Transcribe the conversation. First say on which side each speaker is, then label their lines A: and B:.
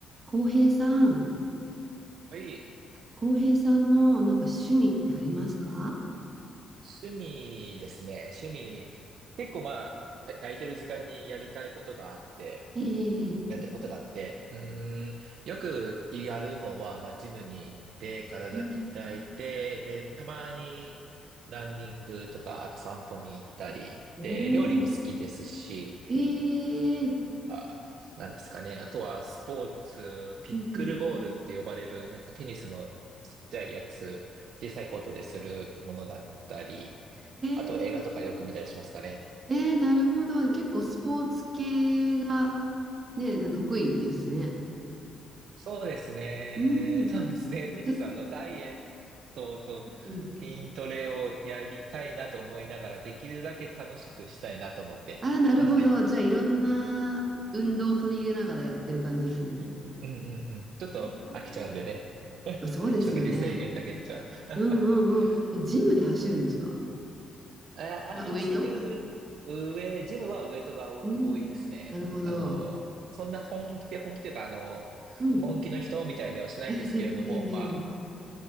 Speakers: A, on the right; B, on the right.
A: 浩平さん、
B: はい。
A: 浩平さんのなんか趣味ってありますか
B: 趣味ですね。趣味。結構まあ、あ空いてる時間にやりたいことがあって、
A: ええええ
B: やってることがあって、うーん、よくやるのは、まあ、ジムに行って、体鍛えて、
A: うん。
B: で、たまにランニングとか散歩に行ったり、
A: おお、
B: で、料理も好きですし、
A: ええ
B: あ、なんですかね。あとはスポーツ、ピックルボールって呼ばれる、
A: うんうん。
B: なんかテニスのちっちゃいやつ、小さいコートでするものだったり、あと映画とかよく見たりしますかね。
A: ええええなるほど。結構スポーツ系がね、な得意ですね。
B: そうですね。
A: うん。
B: そうですね。と言いつつ、
A: え、
B: あの、ダイエットと筋トレをやりたいなと思いながら、
A: うん。
B: できるだけ楽しくしたいなと思って。
A: ああ、なるほど。
B: <laughs> なんか、
A: じゃあ、いろんな運動を取り入れながらやってる感じですね。
B: うんうんうん。ちょっと飽きちゃうんでね。
A: ええ
B: <laughs>
A: そうですよね。
B: 食事制限だけじゃ。
A: うんうんうん。
B: <laughs>
A: え、ジムで走るんですか
B: うん。<laughs> え走る上、
A: あウェイト
B: ジムはウエイトが多多いですね。
A: うん。なるほど。
B: あの、そんな本気で、本気というか、あの、
A: うん。
B: 本気の人みたいではしないんですけれども、
A: <laughs> ええええ
B: ま